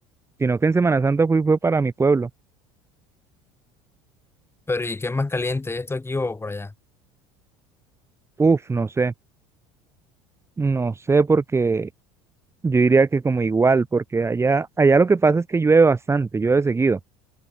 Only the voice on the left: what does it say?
Pero ¿y qué es más caliente, esto aquí o por allá?